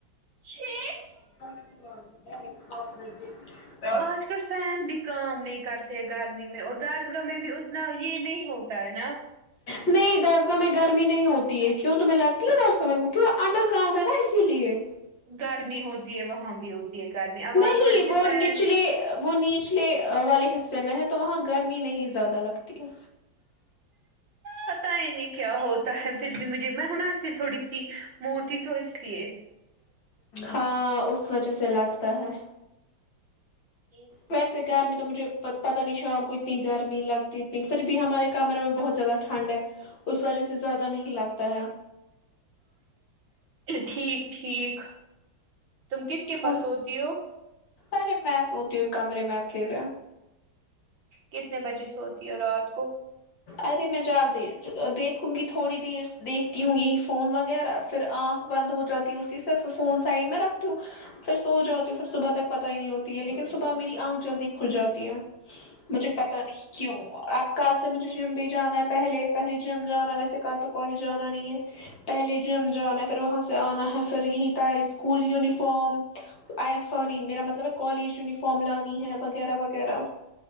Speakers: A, on the right (about 75°); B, on the left (about 65°).
A: <unintelligible>
B: <unintelligible>
A: آج کل فین بھی کام نہیں کرتے ہیں گرمی میں اور درسگاہ میں بھی اتنا یہ نہیں ہوتا ہے نا
B: نہیں درسگاہ میں گرمی نہیں ہوتی ہے کیوں تمہیں لگتی ہے درسگاہ میں کیونکی انڈر گراؤنڈ ہے نا اسی لیے
A: گرمی ہوتی ہے وہاں بھی ہوتی ہے گرمی اب وہاں
B: نہیں
A: تھوڑے سے
B: وہ
A: فین
B: نچلے وہ نیچلے والے حصے میں ہیں تو وہاں گرمی نہیں زیادہ لگتی ہے
A: پت ہی نہیں کیا ہوتا ہے پھر بھی مجھے میں ہنا تھوڑی سی موٹی تو اس لیے
B: ہاں اس وجہ سے لگتا ہے
A: <unintelligible> <unintelligible>
B: ویسے گرمی تو مجھے پتہ نہیں شام کو اتنی گرمی لگتی اتنی پھر بھی ہمارے کمرے میں بہت زیادہ ٹھنڈ ہے اس وجہ سے زیادہ نہیں لگتا ہے
A: ٹھیک ٹھیک تم کس کے پاس
B: ہاں
A: سوتی ہو
B: ارے میں سوتی ہو کمرے میں اکیلے
A: کتنے بجے سوتی ہو رات کو
B: ارے میں جلدی دے دیکھوں گی تھوڑی دیر دیکھتی ہوں یہی فون وغیرہ پھر آنکھ بند ہو جاتی اسی سے پ یھر فون سائڈ میں رکھتی ہوں پھر سو جاتی ہوں پھر صبح تک پتا ہی نہیں ہوتی ہے لیکن صبح میری آنکھ جلدی کھل جاتی ہے مجھے پتا نہیں کیوں اب کل سے مجھے جم بھی جانا ہے پہلے پہلے جم جانا ہے ویسے کل تو کالج جانا نہیں ہے پہلے جم جانا ہے پھر وہاں سے آنا ہے پھر یہی تیاری اسکول یونیفارم سوری میرا مطلب ایک کالج یونیفارم لانی ہے وغیرہ وغیرہ